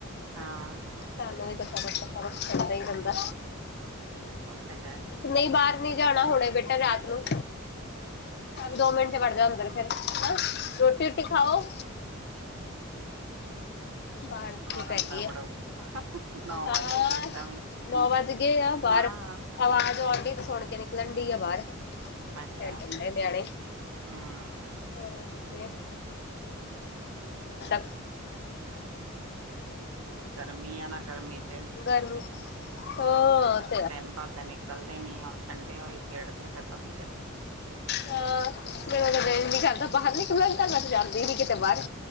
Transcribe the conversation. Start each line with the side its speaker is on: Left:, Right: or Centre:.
Right: ਹਾਂ।
Left: ਸਾਨੂੰ ਵੀ ਕੁਛ ਨਾ ਕੁਛ ਫਰਕ ਪੈਂਦਾ ਹੀ ਪੈਂਦਾ।
Right: ਉਹ ਤੇ ਹੈ।
Left: ਨਈ ਬਾਹਰ ਨੀ ਜਾਣਾ ਹੁਣੇ ਬੇਟਾ ਰਾਤ ਨੂੰ। ਦੋ ਮਿੰਟ ਚ ਵੜ ਜਾ ਅੁੰਦਰ ਫੇਰ, ਰੋਟੀ- ਰੁਟੀ ਖਾਓ। ਬਾਹਰ <unintelligible>
Right: ਔਰ
Left: ਪੈ
Right: ਅੰਦਰ
Left: ਗਈ
Right: ਵੜੋ
Left: ਆ
Right: ਨੌ
Left: ਹੋਰ
Right: ਵੱਜ ਗਏ ਓਦਾਂ ਵੀ
Left: ਨੌ ਵੱਜ ਗਏ ਆ ਬਾਹਰ
Right: ਹਾਂ
Left: ਆਵਾਜ਼ ਆਉਣ ਡ ਦੀ ਤੇ ਸੁਣ ਕੇ ਨਿਕਲਣ ਡਈ ਆ ਬਾਹਰ।
Right: ਅੱਛਾ
Left: ਖੇਡਣ ਡਏ ਨਿਆਣੇ
Right: ਹਮ
Left: ਹਾਂ <unintelligible>
Right: ਹਾਂ ਗਰਮੀ ਆ ਨਾ, ਗਰਮੀ ਚ
Left: ਗਰਮੀ ਹੋਰ
Right: ਦਿੰਨ ਭਰ ਤੇ ਨਿਕਲਦੇ ਨੀ ਹੁਣ ਠੰਡੇ ਹੋਏ ਖੇਡਦੇ ਫੇਰ ਥੋੜੀ ਦੇਰ।
Left: ਹਾਂ ਜਦੋਂ ਦਿਲ ਨੀ ਕਰਦਾ ਬਾਹਰ ਨਿਕਲਣ ਤਾਂ ਮੈ ਜਾਂਦੀ ਨੀ ਕਿਤੇ ਬਾਹਰ।